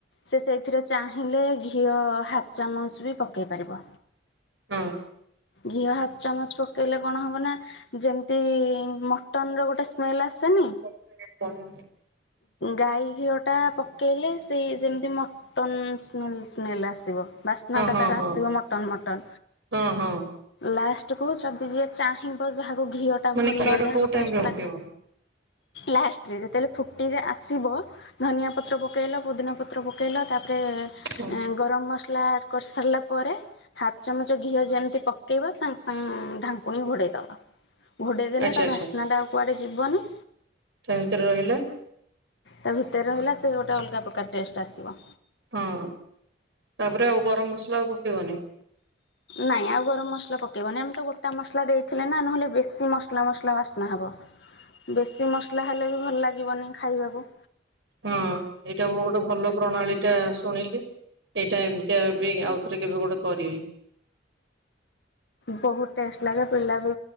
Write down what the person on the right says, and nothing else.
ହଁ।
<unintelligible>
ହଁ
ହଁ
ହଁ ହଁ
ମାନେ
ଘିଅ ଟା
କୋଉ ଟାଇମ
ରେ ପକେଇବ
ହଁ
ହଁ
ଆଚ୍ଛା
ଆଚ୍ଛା
ତା ଭିତରେ ରହିଲେ
ହଁ ତାପରେ ଆଉ ଗରମ ମସଲା ପକେଇବନି।
ହଁ ଏଇଟା ମୁଁ ଗୋଟେ ଭଲ ପ୍ରଣାଳୀ ଟା ଶୁଣିଲି। ଏଇଟା ଏମିତି ବି ଆଉ ଥରେ କେବେ ଗୋଟେ କରିବି।